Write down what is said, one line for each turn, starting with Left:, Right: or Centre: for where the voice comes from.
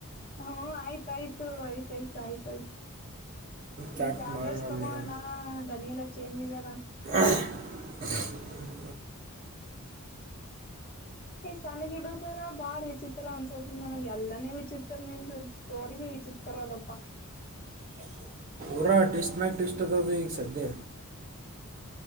Left: ಹ್ಮ ಆಯ್ತಾಯ್ತು ಆಯ್ತಾಯ್ತು ಆಯ್ತಾಯ್ತು. ನೀ
Right: ಕ್ಯಾಟ್
Left: ಟ್ಯಾಬ್ಲೇಟ್ಸ್
Right: ಮಾಡಿ ನೋಡಿ
Left: ತಗೊಳೋಣ
Right: ನೀವು
Left: ಧನಿಯ ಲ ಚೇಂಜ್ ಕದಾ.
Right: <inaudible>
Left: ಈ ಸಣ್ಣಗಿಡುದರ ಬಾಳ ವಿಚಿತ್ರ ಅನ್ಸದ ನನಗೆ ಎಲ್ಲಾನೇ ವಿಚಿತ್ರ ನಿಂದ ಸ್ಟೋರಿ ನೇ. ಚಿತ್ರ ಅದಪ್ಪ.
Right: ಪೂರ ಟಿಸ್ಟ್ ಮ್ಯಾಕ್ ಟಿಸ್ಟ್ದದು ಈಗ ಸದ್ಯ.